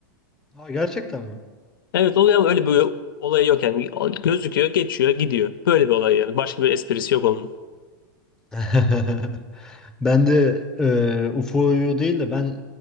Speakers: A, in the centre; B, on the left.
A: Aa gerçekten mi?
B: Evet oluyor ama öyle bir olayı yok yani. Gözüküyor, geçiyor, gidiyor. Böyle bir olay yani. Başka bir esprisi yok onun.
A: <laughs> Ben de e, UFO'yu değil de ben